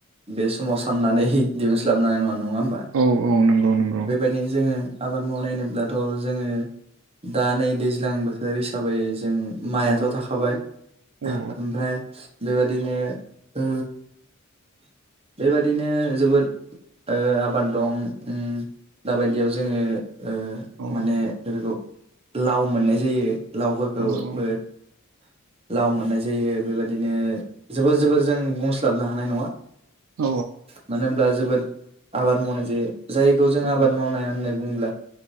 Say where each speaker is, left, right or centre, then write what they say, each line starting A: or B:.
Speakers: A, on the right; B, on the right.
A: बे समाव साननानै दिहुनस्लाबनो हानाय नङा नङा होमबा
B: औ औ नंगौ नंगौ
A: बेबायदिनो जोङो आबाद मावनाय होनोब्लाथ' जोङो दा नै दैज्लां बोथोर हिसाबै जों माइआथ'
B: औ
A: थाखाबाय
B: औ
A: ओमफ्राय बेबायदिनो ओ बेबादिनो जोबोद आबाद दं । दाबायदियाव जोङो ओ
B: औ
A: माने बेफोरखौ लाव मोननाय जायो । लावफोरखौबो
B: औ औ
A: लाव मोननाय जायो बेबदिनो जोबोर जोबोर। जों बुंस्लाबनो हानाय नङा
B: औ
A: मानो होनब्ला जोबोद आबाद मावनाय जे जायखौ जों
B: औ
A: आबाद मावनाय होननानै बुङोब्ला